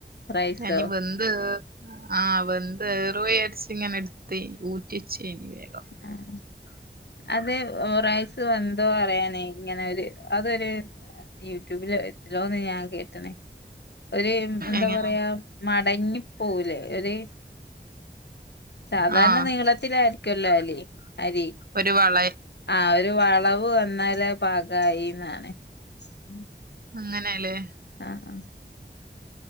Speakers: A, on the left; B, on the right.
A: റൈസോ
B: ഞാ ഇഞ്ഞി വെ ന്ത് ആ വെന്തേറുവോ വിചാര്ചിങ്ങനെ ഇട്ത്തെ ഊറ്റ്യേചീനി വേഗം
A: ആഹ് അത് റൈസ് വെന്തോ അറിയാനേ ഇങ്ങനെ ഒര് അതൊര് യൂട്യൂബിലോ എത്തിലോന്ന് ഞാൻ കേട്ട്ണ് ഒര് എന്താ
B: എങ്ങനെ
A: പറയാ മടങ്ങി പോവുലേ ഒര് സാധാര്ണ
B: ആഹ്
A: നീളത്തിലായ്രിക്കൊല്ലോ അലി അരി
B: ഒരു വള
A: ആഹ് ഒര് വളവ് വന്നാല് പാകായീന്നാണ് ഉം
B: അങ്ങനേലേ
A: ആഹ് ആഹ്